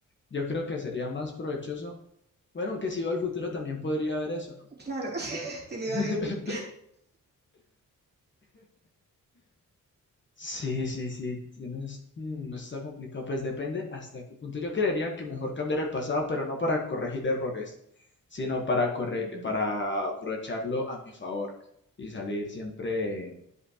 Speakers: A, on the left; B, on the right.
A: Yo creo que sería más provechoso. Bueno, aunque si veo al futuro también podría haber eso, ¿no?
B: claro,
A: Bueno.
B: <laughs> te lo iba
A: <laughs>
B: a decir.
A: Sí, sí, sí, tienes. mm, está complicado. Pues depende hasta qué punto. Yo creería que mejor cambiar el pasado, pero no para corregir errores, sino para corre-
B: Mm,
A: para aprovecharlo a mi favor y salir siempre